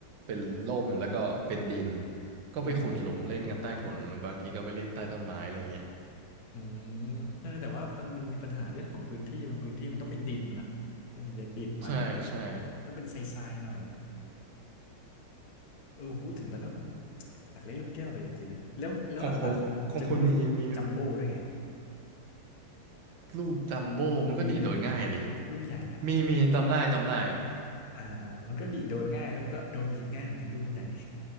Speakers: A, on the right; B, on the left.
A: เป็นร่มแล้วก็เป็นดินก็ไปขุดหลุมเล่นกันใต้ถุนบางทีก็ไปเล่นใต้ต้นไม้อะไรเงี้ย
B: อ่าฮะอืมเออแต่ว่ามันมันมีปัญหาเรื่องของพื้นที่บางพื้นที่มันต้องเป็นดินนะนะมันอย่ติดมันอ่ะ
A: ใช่ใช่
B: ต้องเป็นทรายๆหน่อยอ่ะเออพูดถึงแล้วก็แบบ อยากเล่นลูกแก้วเลยจริงๆนะแล้วแล้วหลังๆมันจะมีลูกจัมโบ้ด้วยไง
A: ของของของคุณมีมีลูกจัมโบ้มันก็ดีดโดนง่ายดิ
B: คุณมีไหมลูกใหญ่อ่ะ
A: มีมีจำได้จำได้
B: อ่าอ่ามันก็ดีดโดนง่ายแล้วมันก็โดนดีดง่ายเหมือนกันลูกมันใหญ่ไง